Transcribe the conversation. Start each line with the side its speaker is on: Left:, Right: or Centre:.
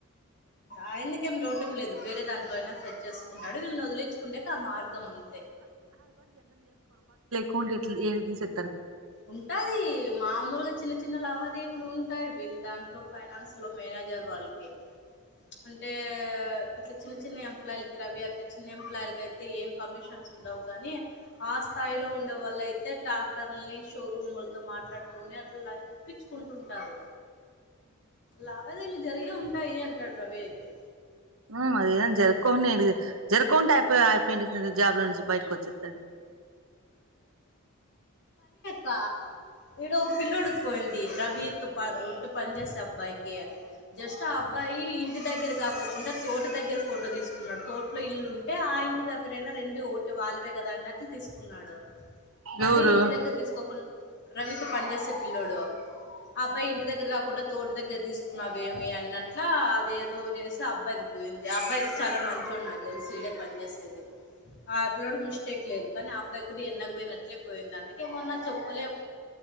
Left: ఆయనకేం లోటెం లేదు వేరే దాంట్లో అయినా సెట్ చేసుకుంటాడు, వీళ్ళనొదిలిచుకుంటేకి ఆ మార్గం ఉంది
Right: కుంటెట్ల్ ఏది సెట్
Left: ఉంటాది మామూలుగా చిన్న చిన్న లావా దేవులు ఉంటాయి వీళ్ దాంట్లో ఫైనాన్స్ లో మేనేజర్ వాళ్ళకి అంటే ఇట్ల చిన్న చిన్న ఎంప్లాయలకి రవి అట్ల చిన్న ఎంప్లాయ్లకైతే ఏం కమిషన్స్ ఉండవు గాని ఆ స్థాయిలో ఉండేవాళ్లయితే ట్రాక్టర్ని షోరూమ్ వాల్తో మాట్లాడుకొని అట్లలా ఇప్పించుకుంటుంటారు లావాదేలు జరిగే ఉంటాయి అంటాడు రవి అయితే
Right: ఉమ్ అదే జరుక్కోనేటిది జరుకు కొంటె అయిపోయ అయిపోయి జాబ్ లో నుంచి బయటకొచ్చేత్తడు.
Left: తా ఈడ ఒ పిల్లోడికిపోయింది రవి త్తో ప ట్టు పని చేసే అబ్బాయికి జస్ట్ ఆ అబ్బాయి ఇంటి దగ్గర దాక్కోకుండా తోట దగ్గర ఫోటో దీసుక్ న్నడు తోట్లో ఇల్లు ఉంటే ఆ ఇంటి దగ్గరైనా రెండు ఒకటి వాళ్ళవే గదా అన్నట్లు తీసుకున్నాడు. కనీ
Right: ఎవరు
Left: ఇంటి దగ్గర దీసుకోకుండా రవితో పని జేసే పిల్లోడు ఆ అబ్బాయి ఇంటి దగ్గర గాకుండా తోట దగ్గర తీసుకున్నావేమి అన్నట్లా అదేదో జేస్తే అబ్బాయిది పోయింది ఆ అబ్బాయికి చాలా మంచి తెలుసు ఈడే పన్ జేసేది ఆ పిల్లోడు నుష్ తెట్లేదు కనీ ఆ అబ్బాయి గుడా ఎన్నగు పోయినట్లే పోయింది అందుకే మొన్నా చెప్పులేవ్